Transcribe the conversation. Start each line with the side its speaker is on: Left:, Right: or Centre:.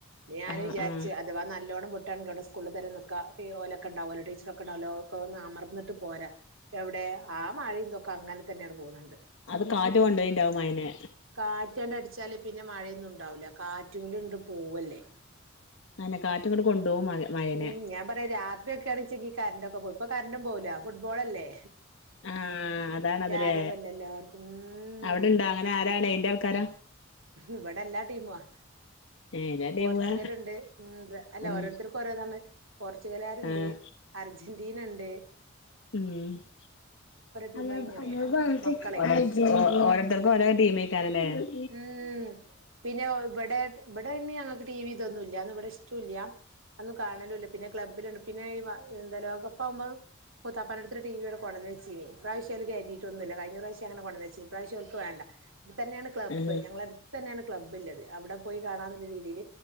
Right: ഞാന്
Left: ആഹ്
Right: വിചാരിച്ചു
Left: ആഹ്
Right: അഥവാ നല്ലോണ പൊട്ട ടെകൾ തരംും ഓല ഒക്കണ്ടാവുമോ ടീച്ചറ ഒക്കെണ്ടാവല്ലോ ഒക്ക ഒന്ന് അമർന്നട്ട് പോരാ എവിടെ ആ മഴന്തൊക്കെ അങ്ങനെ തന്നെയാണ് പോണണ്ട്
Left: അത് കാറ്റ് കൊണ്ടോയിണ്ടാവും അയനെ
Right: കാറ്റാണ്ട അടിച്ചാല് പിെ മഴയൊന്നുംണ്ടാവൂില്ല കാറ്റല ഇണ്ട് പോവല്ലേ
Left: ആയെന്നെ കാറ്റും ങ്ങട് കൊണ്ടുപോവും മ- മയനെ
Right: ഉം ഞാൻ പറയാ രാത്രിയൊക്കെയാണ് ചെങ്കി കറന്റും കറന്റോക്കെ പോയി ഇപ്പ കറന്റും പോവൂല്ല ഫുട്ബോൾ അല്ലേ
Left: ആ അതാണത് ലേ
Right: ആരവല്ലേ എല്ലാർക്കും ഉം
Left: അവ്ടെണ്ടോ അങ്ങനെ ആരാണ് എയന്റെ ആൾക്കാരാ
Right: ഇവിടെ എല്ലാ ടീമും ആ
Left: ഏഹ് എല്ലാ ടീമുകാ
Right: പോർച്ചുഗൽ ഇണ്ട് ഉ അല്ല
Left: ഉം
Right: ഓരോരുത്തർക്കും ഓരോതാണ് പോർച്ചുഗലാര്ണ്ട്
Left: ആഹ്
Right: അർജന്റ ദീനണ്ട്
Left: ഊം ഓരോ
Right: ടീമായി ഇങ്ങനെയാ
Left: ഓരോരുത്തർക്കും
Right: മക്കളെ
Left: ഓരോ ടീമേക്കാരലേ
Right: ഉം പിന്നെ ഇബടെ ഇബടെ പിന്നെ ഞങ്ങക്ക് ടി വി ഇതൊന്നും ല്ലാന്നു ഇവിടെ ഇഷ്ടുല്ല അയൊന്നും കാണലുംല്ല പിന്നെ ക്ലബ്ബിലുണ്ട് പിന്നെ ഈ എന്താ ലോകപ്പാകുമ്പോ മൂത്താപ്പന്റോട്ത്ത ടി വി ഇവ്ടെ കൊടെന്നിച്ചീനി ഇപ്രാവശ്യം കേറ്റീട്ടോന്നുല്ല കയിഞ്ഞ പ്രാവശം അങ്ങനെ കൊടെന്നേച്ചീനി ഇ പ്രാവശ്യോൽക്ക് വേണ്ട ഇതന്നെ ക്ലബ്
Left: ആഹ്
Right: ഞങ്ങള അടുത്തന്നെയാണ് ക്ലബ്ബില്ലത് അവിടെ പോയി കാണാന്നുള്ള രീതിയിൽ